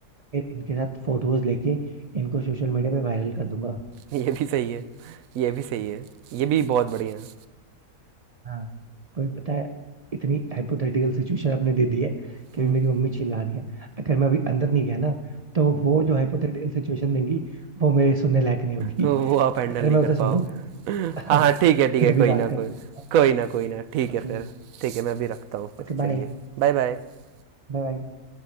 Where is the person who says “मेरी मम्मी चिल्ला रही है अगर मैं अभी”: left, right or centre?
Right